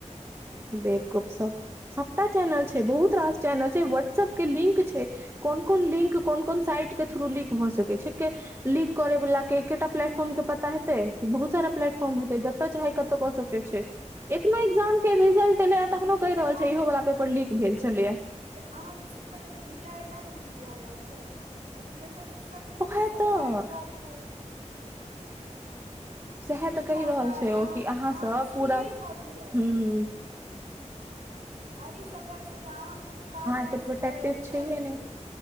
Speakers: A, on the right; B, on the right.
A: बेबगुपशप सबटा चैनल छै बहुत रास चैनल छै व्हाट्सएप के लिंक छै कोन कोन लिंक कोन कोन साइट के थ्रू लिंक सकै छै के लीक करे वला के एकेटा प्लेटफॉर्म के पता हेतै कि बहुत सारा प्लेटफॉर्म हेतै जत जत चाहे कतौ क सके छै एखनो एग्जाम के रिजलट एले आ तखनो
B: लीक
A: कहि रहल
B: भऽ
A: छै इहो वाला पेपर लीक भेल छलेय
B: अहा के सिस्टम एते ढीला ते ने लीक भए जाय छै एजुकेशन सिस् ऐजूकेशन
A: ओहे
B: सिस्टम
A: तऽ
B: टाइट राखू
A: सैहा
B: की
A: त कहि
B: फायदा
A: रहल
B: अइ
A: छै ओ कि अहाँ सब
B: छियै
A: पूरा
B: कथी
A: हम्म
B: अहीसभ लेलए छियै अहाँकेँ जे काज अहाँ
A: एते
B: से
A: प्रोटेक्टिव
B: कए नै रहल
A: छैहे
B: छियै
A: नहि